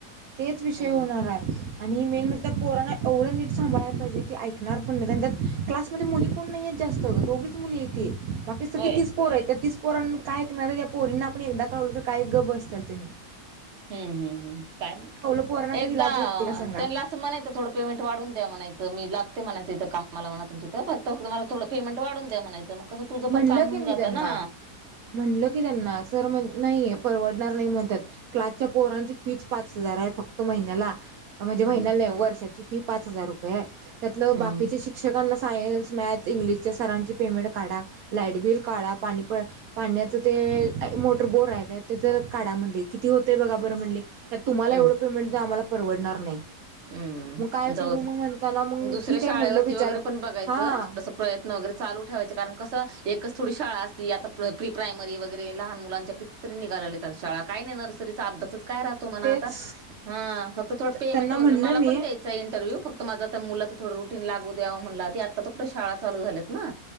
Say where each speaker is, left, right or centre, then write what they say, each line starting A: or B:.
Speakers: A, on the right; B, on the right.
A: तेच विषय
B: हम्म
A: होणार आहे. आणि मेन म्हणजे त्या पोराना एवढं नीट सांभाळायला पाहिजे ती ऐकणार पण नाहीत आणि त्यात क्लास म्हणजे मुली पण नाही जास्त. दोघीच मुली हाईती. बाकी सगळी
B: होय
A: तीस पोर आहेत. त्या तीस पोरांना काय ऐकणार? त्या पोरींना आपण एकदा कावलो तर काय गब बसत्याल. ते.
B: हम्म, हम्म, हम्म, काय?
A: पोरांना
B: एकदा
A: कधी लाज वाटते का सांगा
B: त्यांनला असं म्हणायंच थोंड पेमेंट वाढवून द्या म्हणायंच. मी लागते म्हणायच इथं कामाला म्हणा तुमच्या इथ फक्त मला थोडं पेमेंट वाढवून द्या म्हणायचं, मग कसं तुझं
A: म्हणलं
B: पण काम होऊन
A: की मी
B: जातं
A: त्यांना
B: ना.
A: म्हणलं की त्यांना सर म्हण नाही परवडणार नाही म्हणतात. क्लासच्या पोरांची फीच पाच हजार आहे फक्त महिन्याला. म्हणजे
B: हम्म
A: महिन्याला नाही ओ वर्षाची फी पाच हजार रुपये त्यातलं
B: हम्म
A: बाकीचे शिक शिक्षकांना सायन्स, मॅथ्स, इंग्लिशच्या सरांची पेमेंट काढा, लाईट बिल काढा, पाणी पाण्याचं ते मोटर बोर आहे त्याच काढा म्हणले, किती होतय बघा बरं म्हणले? त्यात तुम्हाला
B: हम्म
A: एवढं पेमेंट दया, आम्हाला परवडणार नाही.
B: हम्म
A: मग काय करू
B: जाऊ दे
A: मग म्हणताना मग
B: दुसऱ्या
A: ठीक
B: शाळेवरती
A: आहे म्हणलं विचार
B: वगैरे पण बघायचं
A: हा.
B: थोडस प्रयत्न वगैरे चालू ठेवायचे कारण कसं एकच थोडी शाळा असती? आता प्र प्री प्रायमरी वगैरे लहान मुलांच्या कि ती तरी निघालागलेत आता शाळा. काय नाही, नर्सरीचा अभ्यासच काय राह तो म्हणा
A: तेच
B: आता, हां फक्त थोड पेमेंट
A: त्यांना
B: वैगेरे
A: म्हणलं
B: मला
A: मी
B: पण द द्यायचा आहे इंटरव्ह्यू फक्त माझ आता मुलाचं थोडं रुटीन लागू द्यावा म्हटल आधी आता तर कुठे शाळा चालू झाल्यात ना.